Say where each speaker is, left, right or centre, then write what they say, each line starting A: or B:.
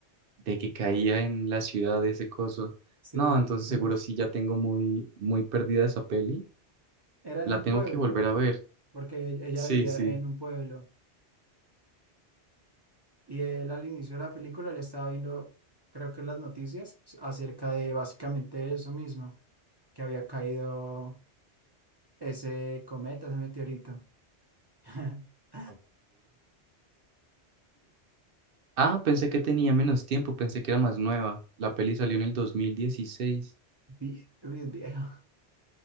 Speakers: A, on the right; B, on the right.
A: que caía en la ciudad de ese coso.
B: Sí,
A: No, entonces
B: <laughs>
A: seguro sí ya tengo muy, muy perdida esa peli.
B: era en
A: La
B: un
A: tengo
B: pueblo,
A: que volver a ver.
B: porque e- ella
A: Sí,
B: vivía
A: sí.
B: en un pueblo y él al inicio de la película le estaba viendo, creo que las noticias s- acerca de básicamente eso mismo, que había caído ese cometa, ese meteorito. <laughs>
A: Ok. Ah, pensé que tenía menos tiempo, pensé que era más nueva. La peli salió en el 2016.
B: Vi- uy, es viejo.